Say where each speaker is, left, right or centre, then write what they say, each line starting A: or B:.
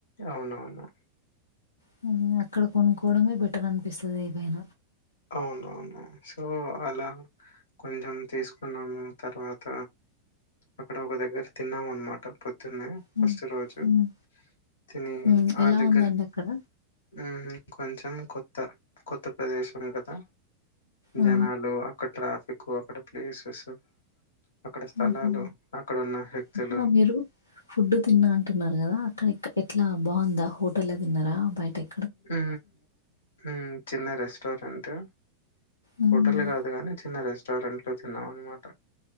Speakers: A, on the left; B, on the left.
A: అవునవును
B: హూ అక్కడ కొనుక్కోవడమే బెటర్ అనిపిస్తది ఏమైన
A: అవునవును సో అలా కొంచెం తీస్కున్నాము తర్వాత అక్కడ ఒక దగ్గర తిన్నామన్మాట పొద్దున్నే
B: హ్మ్.
A: ఫస్ట్ రోజు
B: హ్మ్.
A: తిని
B: హ్మ్.
A: ఆ
B: ఎలా
A: దగ్గర
B: ఉందండి అక్కడ?
A: ఊ కొంచెం కొత్త కొత్త ప్రదేశం కదా
B: ఆ!
A: జనాలు అక్కడ ట్రాఫిక్కు అక్కడ ప్లేసెస్సు అక్కడ స్థలాలు
B: ఆహా!
A: అక్కడున్న వ్యక్తులు
B: ఆహా! మీరు ఫుడ్ తిన్నా అంటున్నారు కదా అక్కడ ఎక్ ఎట్లా బాగుందా హోటల్ లో తిన్నారా బయట ఎ
A: ఊ ఊ చిన్న రెస్టారెంటు
B: హ్మ్.
A: హోటల్ లో కాదు కాని చిన్న రెస్టారెంట్ లో తిన్నాం అన్నమాట